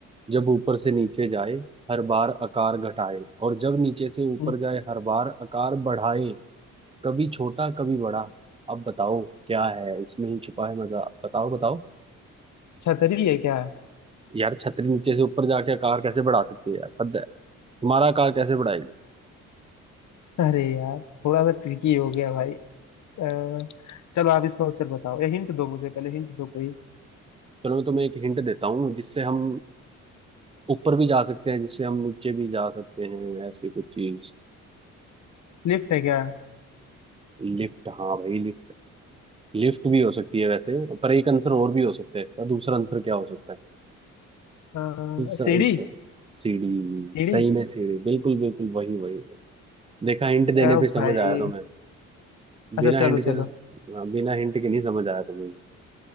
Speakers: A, on the right; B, on the left.
A: जब ऊपर से नीचे जाए हर बार आकार घटाए और जब नीचे से ऊपर
B: हम्म,
A: जाए हर बार आकार बढ़ाए कभी छोटा कभी बड़ा अब बताओ क्या है इसमें ही छुपा है मजा बताओ बताओ
B: छतरी है क्या
A: यार छतरी नीचे से ऊपर जाके आकार कैसे बढ़ा सकती है यार हद है तुम्हारा कार कैसे बढ़ाएगी
B: अरे यार थोड़ा सा ट्रिकी हो गया भाई अ, चलो आप इसका उत्तर बताओ या हिंट दो मुझे पहले हिंट दो कोई
A: चलो मैं तुम्हें एक हिंट देता हूँ जिससे हम ऊपर भी जा सकते हैं जिससे हम नीचे भी जा सकते हैं ऐसी कुछ चीज
B: लिफ्ट है क्या
A: लिफ्ट हाँ भाई लिफ्ट लिफ्ट भी हो सकती है वैसे पर एक आंसर और भी हो सकता है इसका दूसरा आंसर क्या हो सकता है
B: अ,
A: दूसरा
B: सीढ़ी
A: आंसर सीढ़ी
B: सीढ़ी
A: सही में सीढ़ी बिल्कुल बिल्कुल वही वही वही। देखा हिंट देने
B: अ,
A: पे समझ
B: भाई
A: आया तुम्हें
B: अच्छा
A: बिना
B: चलो
A: हिंट के
B: चलो
A: हाँ, बिना हिंट के नहीं समझ आया तुम्हें